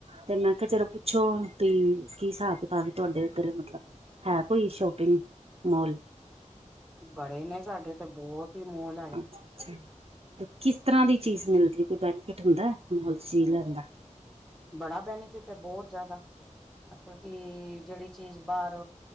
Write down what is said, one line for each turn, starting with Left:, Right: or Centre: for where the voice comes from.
Right: ਤੇ ਮੈਂ ਕਿਆ ਚਲੋ ਪੁੱਛੋ ਤੀ ਕੀ ਹਿਸਾਬ ਕਿਤਾਬ ਏ ਤੁਆਡੇ ਏੱਧਰ ਮਤਲਬ ਹੈ ਕੋਈ ਸ਼ੋਪਿੰਗ ਮੌਲ?
Centre: ਬੜੇ ਨੇ ਸਾਡੇ ਏੱਥੇ ਬੋਤ ਈ ਮੌਲ
Right: ਅੱਛਾ-ਅੱਛਾ ਤੇ ਕਿਸ ਤਰ੍ਹਾਂ ਦੀ ਚੀਜ਼ ਮਿਲਦੀ ਏ ਕੋਈ ਬੈਨੀਫਿਟ ਹੁੰਦੈ ਮੌਲ 'ਚ ਚੀਜ਼ ਲੈਨ ਦਾ?
Centre: ਬੜਾ ਬੈਨੀਫਿਟ ਏ ਬੋਤ ਜਿਆਦਾ, ਮਤਲਬ ਕਿ ਜੜੀ ਚੀਜ ਬਾਰ